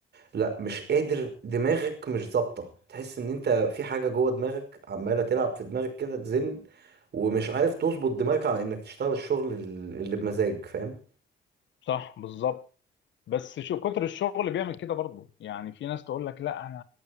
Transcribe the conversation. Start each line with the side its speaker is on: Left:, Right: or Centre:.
Right: لا مش قادر دماغك مش ظابطة تحس ان انت في حاجة جوه دماغك عمالة تلعب في دماغك كده تزن ومش عارف تظبط دماغك على انك تشتغل الشغل ال- اللي بمزاج فاهم
Left: صح بالظبط بس شو كتر الشغل بيعمل كده برضه يعني في ناس تقول لك لا انا